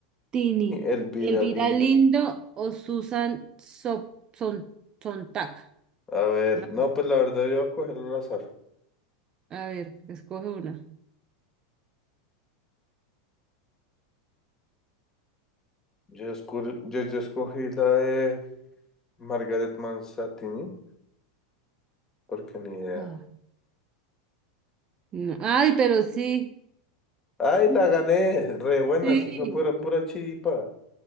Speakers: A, on the right; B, on the left.
A: Tini,
B: Elvira
A: Elvira
B: Lindo.
A: Lindo o Susan So- Son- Sontag.
B: A ver,
A: No,
B: no, pues la verdad yo voy a cogerlo al azar.
A: a ver, escoge una.
B: Yo, escu- yo, yo escogí la de Margaret Mazzantini, porque ni idea.
A: Ah. No, Ay, pero sí,
B: ¡Ay, la gané! Re buenas,
A: sí.
B: eso fue pura, pura chiripa.